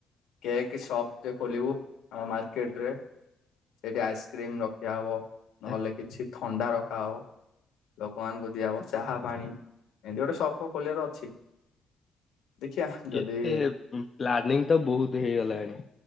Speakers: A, on the left; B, on the left.
A: କେକ୍ ସପ୍ ଟେ ଖୋଲିବୁ ଆମ ମାର୍କେଟ୍ ରେ। ସେଇଠି ଆଇସକ୍ରିମ୍ ରଖିଆ ହବ, ନହେଲେ
B: ଏ
A: କିଛି ଥଣ୍ଡା ରଖାହବ। ଲୋକମାନଙ୍କୁ ଦିଆହବ ଚାହା ପାଣି ଏମିତି ଗୋଟେ ସପ୍ ଫପ୍ ଖୋଲିବାର ଅଛି‌। ଦେଖିିଆ
B: କେତେ
A: ଯଦି
B: ପ୍ଲାନିଂ ତ ବହୁତ ହେଇଗଲାଣି।